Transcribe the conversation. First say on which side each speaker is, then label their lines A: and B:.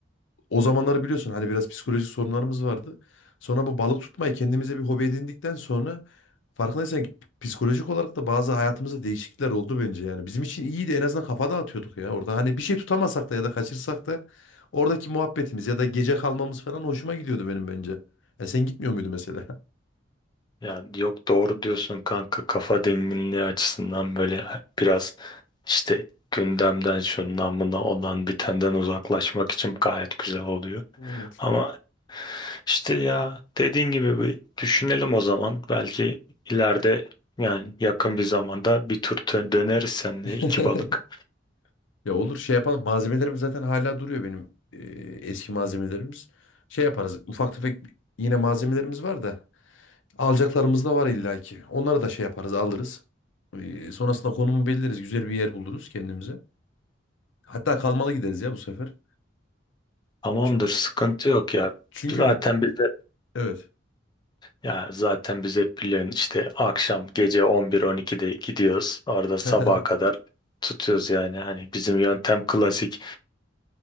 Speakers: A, on the left; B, on the left.
A: o zamanları biliyorsun hani biraz psikolojik sorunlarımız vardı. Sonra bu balık tutmayı kendimize bir hobi edindikten sonra farkındaysan ki psikolojik olarak da bazı hayatımızda değişiklikler oldu bence yani. Bizim için iyiydi en azından kafa dağıtıyorduk ya orada. Hani bir şey tutamasak da ya da kaçırsak da oradaki muhabbetimiz ya da gece kalmamız falan hoşuma gidiyordu benim bence. Ya sen gitmiyor muydu mesela? <laughs>
B: Yani yok doğru diyorsun kanka kafa dinginliği açısından böyle biraz işte gündemden şundan buna olan bitenden uzaklaşmak için gayet güzel oluyor.
A: Evet.
B: Ama İşte ya dediğin gibi bir düşünelim o zaman. Belki ileride yani yakın bir zamanda bir tur dö- döneriz seninle
A: <laughs>
B: iki balık.
A: Ya olur şey yapalım. Malzemelerim zaten hala duruyor benim e, eski malzemelerimiz. Şey yaparız. Ufak tefek yine malzemelerimiz var da. Alacaklarımız da var illaki. Onları da şey yaparız, alırız. E, sonrasında konumu belirleriz. Güzel bir yer buluruz kendimize. Hatta kalmalı gideriz ya bu sefer.
B: Tamamdır
A: Çünkü,
B: sıkıntı yok ya.
A: çünkü
B: Zaten
A: bi-
B: bize
A: evet.
B: ya zaten biz hep biliyorsun işte akşam gece 11-12'de gidiyoruz. Orada sabaha
A: <laughs>
B: kadar tutuyoruz yani. Hani bizim yöntem klasik.